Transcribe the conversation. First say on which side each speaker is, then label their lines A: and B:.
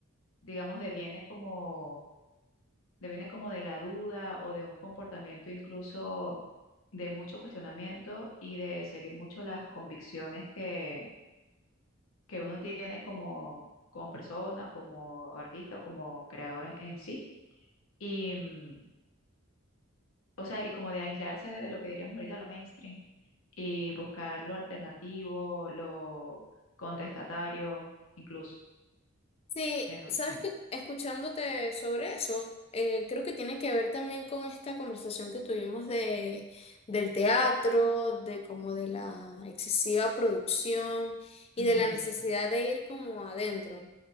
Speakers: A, on the left; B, on the left.
A: digamos, deviene como, deviene como de la duda o de un comportamiento incluso de mucho cuestionamiento y de seguir mucho las convicciones que, que uno tiene como, como persona, como artista o como creador en en sí. Y, mm, o sea, y como de aislarse de lo que diríamos ahorita, lo mainstream, y buscar lo alternativo, lo contestatario, incluso.
B: Sí,
A: que no-
B: sabes que escuchándote sobre eso, eh, creo que tiene que ver también con esta conversación que tuvimos de, del teatro, de como de la excesiva producción y
A: Ujú.
B: de la necesidad de ir como adentro.